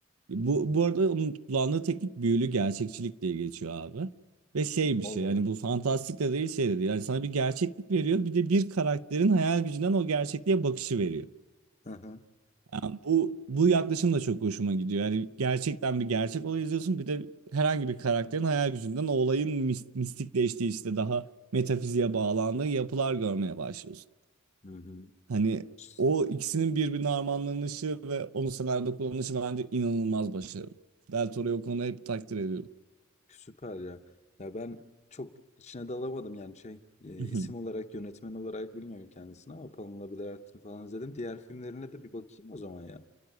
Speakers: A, on the right (about 85°); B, on the left (about 30°).
A: Bu
B: Hı hı.
A: bu arada onun kullandığı teknik büyülü gerçekçilik diye geçiyor abi. Ve şey bir
B: Allah'ım.
A: şey yani bu fantastik de değil şey de değil. Yani sana bir gerçeklik veriyor bir de bir karakterin hayal gücünden o gerçekliğe bakışı veriyor.
B: Hı hı.
A: Yani bu bu yaklaşım da çok hoşuma gidiyor. Yani gerçekten bir gerçek olay izliyorsun bir de herhangi bir karakterin hayal gücünden o olayın mis- mistikleştiği işte daha metafiziğe bağlandığı yapılar görmeye başlıyorsun.
B: Hı hı.
A: Hani
B: Sü-
A: o ikisinin birbirine armağanlanışı ve onu senaryoda kullanışı bence inanılmaz başarılı. Del Toro'yu o konuda hep takdir ediyorum.
B: Süper ya. Ya ben çok içine dalamadım yani şey
A: <laughs>
B: e,
A: Mhm.
B: isim olarak yönetmen olarak bilmiyorum kendisini ama Pamela Bidert'ini falan izledim. Diğer filmlerine de bir bakayım o zaman ya.